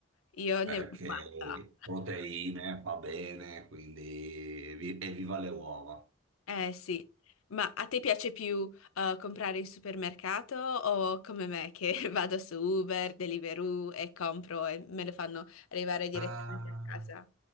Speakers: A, on the left; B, on the right.
A: io
B: perché
A: ne ho fatta.
B: proteine fa bene, quindi vi- evviva le uova.
A: Eh sì, ma a te piace più eh, comprare in supermercato o come me che <laughs> vado su Uber, Deliveroo e compro e me lo fanno arrivare direttamente
B: Ah,
A: a casa?